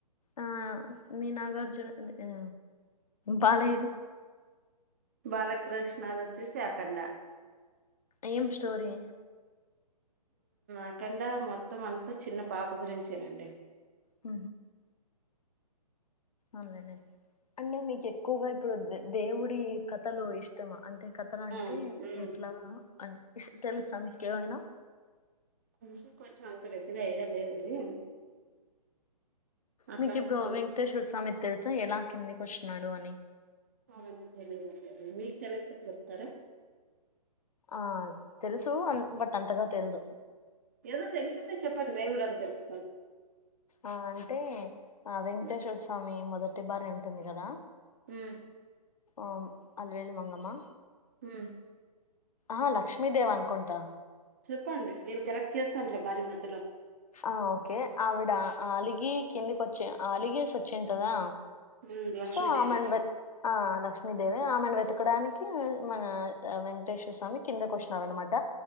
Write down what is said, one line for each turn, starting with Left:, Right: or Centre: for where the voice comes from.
Left: ఆ మీ నాగార్జున ఆ బాలయిది
Right: బాలకృష్ణర్ వచ్చి సకండా
Left: ఏం స్టోరీ
Right: అకండా మొత్తం అంతా చిన్న పాప గురించేనండి
Left: హ అనే అంటే మీకు ఎక్కువగా ఇప్పుడు దేవుడి కథలు ఇష్టమా అంటే కథల అంటే
Right: మ్మ్ మ్మ్
Left: ఎట్లా అ ఇ తెలు సకయినా
Right: కొంచ కొంచం అంత పెద్దగా ఏడా లేద్ ఇది అట్లాంటి
Left: మీకు ఇప్పుడు
Right: మూవీస్
Left: వెంకటేశ్వర స్వామి తెల్సా ఎలా కిందికి వోచ్చినాడో అని
Right: అవన్నీ తెలియదండి మీకు తెలిస్తే చెప్తారా
Left: ఆ తెలుసు అ బట్ అంతగా తెల్ దు
Right: ఏదో తెలిసింటే చెప్పండి మేము రో న్ తెర్ స్
Left: ఆ అంటే ఆ వెంకటేశ్వర
Right: మ్మ్
Left: స్వామి మొదట్ టి బారే ఉంటుంది కదా
Right: హ్మ్
Left: ఆమ్ అల్వేలు మాంగమ్మా
Right: హ్మ్
Left: ఆ లక్ష్మీదేవ్ అనుకుంటా
Right: చెప్పండి నేను కరెక్ట్ చేస్తాను లే మరి మధ్యలో
Left: ఆ ఓకే ఆవిడ ఆలిగి కిందికి వచ్చి ఆలిగేసి వచ్చింటదా
Right: మ్మ్ లక్ష్మీదేవి
Left: సో ఆమెన్ వె ఆ లక్ష్మీ దేవి మే ఆమెను వెతకడానికి మన వెంకటేశ్వర స్వామి కిందకి వచ్చినార్ అనమాట